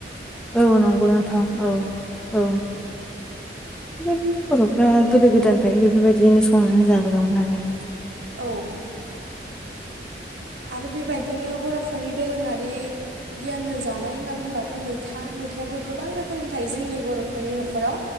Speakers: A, in the centre; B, on the right (about 80°).
A: औ नंगौ नोंथां औ औ बेबादिनो बर'फ्रा गोदो गोदायनिफायनो बेफोरबायदियैनो संनानै जाबोदोंमोन आरो
B: औ आरो बेबायदिनो बर'फोरनि दोरोङारि गियानजों जानाय होनना बुंब्लाथ' मैथा मैथायाबो गोबां रोखोमनि थायो जोंनि बर'फोरनि न'खराव